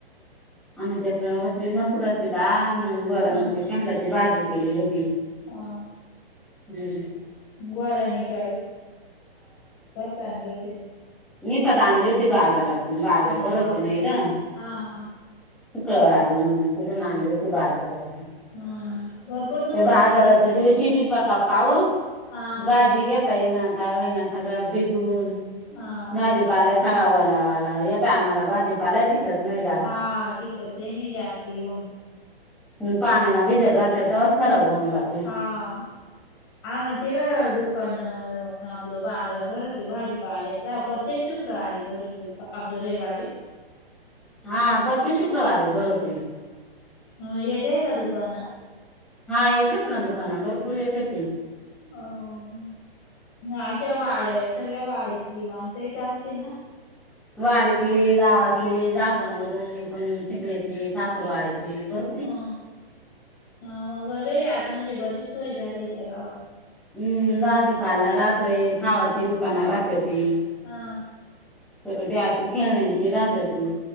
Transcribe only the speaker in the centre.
<unintelligible> अन त्याच्यावरती मस्तपैकी डाळ अन वरण
शेंगांची भाजी केली होती.
हमम.
मीकत आणली होती बाजारातून बाजार
भरते
नाही ईकड.
शिकळ वारी मग ति पून आणली होती बाजारातून <unintelligible>
ते बाजाराच्या
दिवशी बि पका पाऊस
भाजी घेत ता ये ना काय व्हयीना सगळं भिजून
भाजीपाला सगळा वला वला येत आम्हाला भाजीपाला टिकत नाही जा
हम पाण्याना बिजत राहते तेव्हाच खराब होऊन जाते.
हा प्रत्येक शुक्रवारी भरवतोय
हा येतेत ना दुकानात भरपूर येतेत.
वाडीतली गावातली जापांवरून एकूण शिग्याची ठाकूर वाढायची बर
हम्म बाजीपाला राहतय खावाची दुकान राहत्याती.
तर ते अस खेळण्याची राहत्याती.